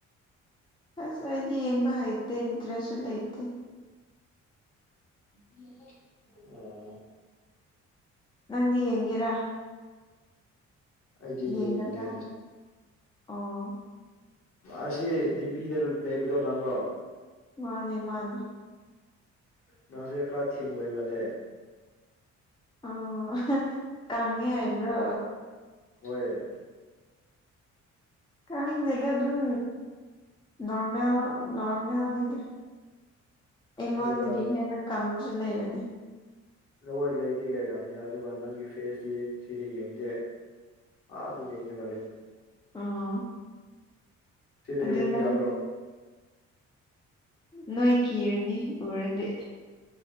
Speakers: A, on the left; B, on the left.
A: ꯑꯁ ꯑꯩꯗꯤ ꯌꯦꯡꯕ ꯍꯩꯇꯦ ꯏꯟꯇ꯭ꯔꯦꯁꯨ ꯂꯩꯇꯦ
B: <unintelligible> ꯑꯣ
A: ꯅꯪꯗꯤ ꯌꯦꯡꯒꯦꯔꯥ
B: ꯑꯩꯗꯤ
A: ꯌꯦꯡꯒꯗ꯭ꯔꯥ
B: ꯌꯦꯡꯅꯤꯡꯉꯦ
A: ꯑꯣ
B: ꯑꯁꯤ ꯗꯤ ꯄꯤꯗ ꯂꯩꯕꯗꯣ ꯅꯪꯔꯣ
A: ꯃꯥꯅꯦ ꯃꯥꯅꯦ
B: ꯅꯪꯁꯦ ꯈꯔ ꯊꯤꯟ ꯑꯣꯢꯃꯜꯂꯦ
A: ꯑꯣ ꯀꯪꯉꯦ ꯍꯥꯏꯕ꯭ꯔꯣ
B: ꯍꯣꯏ
A: ꯈꯪꯗꯦꯗ ꯑꯗꯨꯝ ꯅꯣꯔꯃꯦꯜ ꯅꯣꯔꯃꯦꯜꯅꯤꯗ ꯑꯩꯉꯣꯟꯗꯒꯤ
B: ꯑꯗꯨꯒ
A: ꯍꯦꯟꯅ ꯀꯪꯕꯁꯨ ꯂꯩꯕꯅꯤ
B: ꯂꯣꯋꯔ ꯂꯩꯗꯤ ꯂꯩꯔꯝꯅꯤ ꯑꯗꯨꯒ ꯅꯪꯒꯤ ꯐꯦꯁꯇꯤ ꯁꯤꯗꯤ ꯌꯦꯡꯗꯦ ꯑꯥꯗ ꯌꯦꯡꯊꯔ ꯂꯩꯌꯦ
A: ꯑꯣ
B: ꯁꯤꯗ
A: ꯑꯗꯨ
B: ꯌꯦꯡꯕ
A: ꯅꯪ
B: ꯌꯥꯗ꯭ꯔꯣ
A: ꯅꯣꯏ ꯀꯤꯔꯅꯤ ꯎꯔꯗꯤ